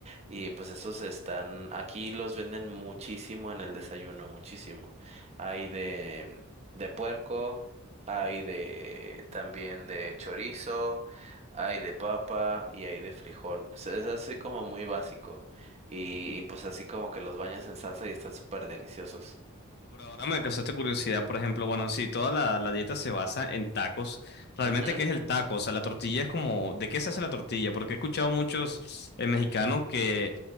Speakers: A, on the right; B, on the left.
A: Y pues esos están aquí los venden muchísimo en el desayuno, muchísimo hay de, de puerco, hay de también de chorizo, hay de papa y hay de frijol. O sea, es así como muy básico. Y, y pues así como que los bañas en salsa y están súper deliciosos.
B: Pero ahora me causaste curiosidad, por ejemplo, bueno, si toda la, la dieta se basa en tacos, ¿realmente
A: Ujú.
B: qué es el taco? O sea, la tortilla es como, ¿de qué se hace la tortilla? Porque he escuchado muchos eh, mexicanos que,